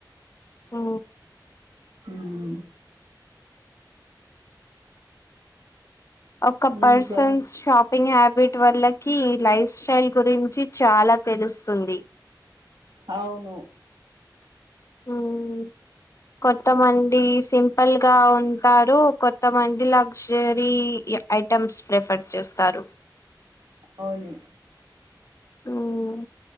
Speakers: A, on the left; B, on the right.
A: మ్
B: మ్
A: ఒక పర్సన్స్
B: ఇంకా
A: షాపింగ్ హ్యాబిట్ వాల్లకి లైఫ్ స్టైల్ గురించి చాలా తెలుస్తుంది.
B: అవును
A: మ్ కొంతమంది సింపుల్ గా ఉంటారు. కొంతమంది లగ్జరీ గా ఉంటారు. ఐటమ్స్ ప్రిఫర్ చేస్తారు.
B: అవును
A: ఉమ్